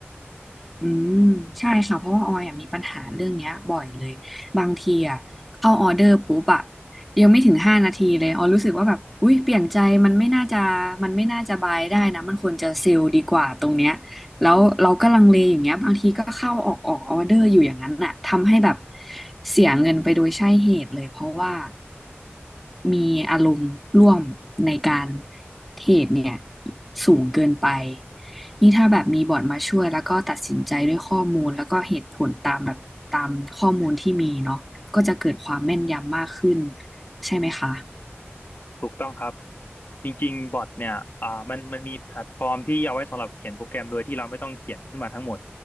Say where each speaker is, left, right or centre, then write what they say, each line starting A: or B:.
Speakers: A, in the centre; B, on the left.
A: อืมใช่ค่ะเพราะว่าออยอะมีปัญหาเรื่องเนี้ยบ่อยเลยบางทีอ่ะเข้าออเดอร์ปุ๊บอ่ะยังไม่ถึงห้านาทีเลยออยรู้สึกว่าแบบอุ๊ยเปลี่ยนใจ มันไม่น่าจะมันไม่น่าจะบายได้นะมันควรจะเซลล์ดีกว่าตรงเนี้ยแล้วเราก็ลังเลอย่างเงี้ยบางทีก็เข้าออกออกออเดอร์อยู่อย่างนั้นอ่ะทำให้แบบเสียเงินไปโดยใช่เหตุเลยเพราะว่ามีอารมณ์ร่วมในการเทรดเนี่ยสูงเกินไป นี่ถ้าแบบมีบอร์ดมาช่วยแล้วก็ตัดสินใจด้วยข้อมูลแล้วก็เหตุผลตามแบบตามข้อมูลที่มีเนาะก็จะเกิดความแม่นยำมากขึ้นใช่ไหมคะ
B: ถูกต้องครับจริงๆบอทเนี่ยอ่ามันมันมีแพลตฟอร์มที่เอาไว้สำหรับเขียนโปรแกรมโดยที่เราไม่ต้องเขียนขึ้นมาทั้งหมด